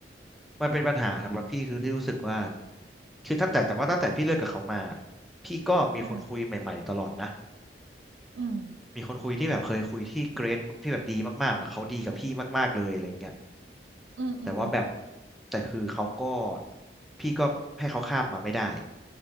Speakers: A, in the centre; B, on the right.
A: มันเป็นปัญหาสำหรับพี่คือที่รู้สึกว่าคือตั้งแต่แต่ว่าตั้งแต่พี่เลิกกับเขามาพี่ก็มีคนคุยใหม่ๆตลอดนะ
B: อ่าอืม
A: มีคนคุยที่แบบเคยคุยที่เกรดที่แบบดีมากๆแบบเขาดีกับพี่มากๆเลยอะไรอย่างเงี้ย
B: อืมอืมอืม
A: แต่ว่าแบบแต่คือเขาก็พี่ก็ให้เขาข้ามมาไม่ได้